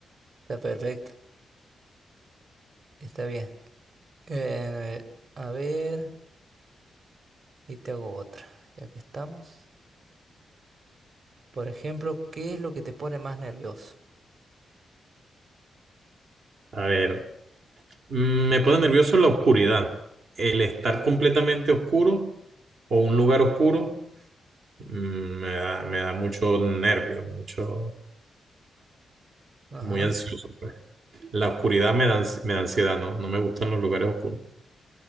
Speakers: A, on the right; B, on the right.
A: está perfecto, está bien. Eh, a ver, ahí te hago otra, ya que estamos. Por ejemplo, ¿qué es lo que te pone más nervioso?
B: A ver, mm, me pone nervioso la oscuridad, el estar completamente oscuro o un lugar oscuro, mm, me da, me da mucho nervio, mucho,
A: Ajá.
B: muy ansioso, pues. La oscuridad me da, ans- me da ansiedad, ¿no? No me gustan los lugares oscuros.